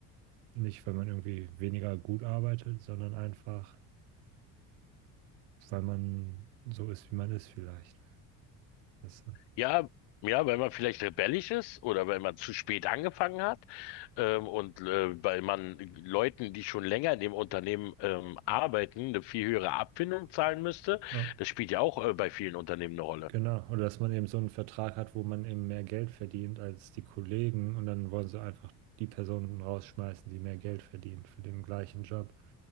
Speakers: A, on the right; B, on the left.
A: Nicht, weil man irgendwie weniger gut arbeitet, sondern einfach, weil man so ist, wie man ist vielleicht. Das,
B: Ja, ja, weil man vielleicht rebellisch ist oder weil man zu spät angefangen hat, ähm, und äh, weil man Leuten, die schon länger in dem Unternehmen ähm, arbeiten, eine viel höhere Abfindung zahlen müsste.
A: ja.
B: Das spielt ja auch äh, bei vielen Unternehmen eine Rolle.
A: Genau, oder dass man eben so einen Vertrag hat, wo man eben mehr Geld verdient als die Kollegen und dann wollen sie einfach die Personen rausschmeißen, die mehr Geld verdienen für den gleichen Job,